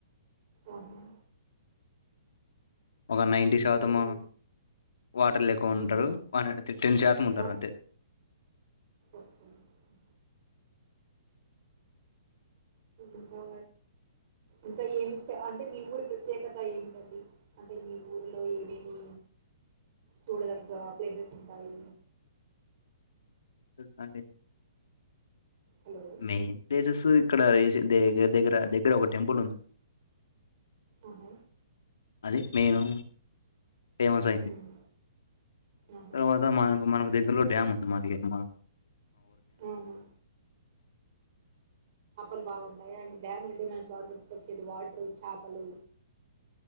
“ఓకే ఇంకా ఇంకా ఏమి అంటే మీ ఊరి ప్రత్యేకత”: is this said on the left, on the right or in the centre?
Right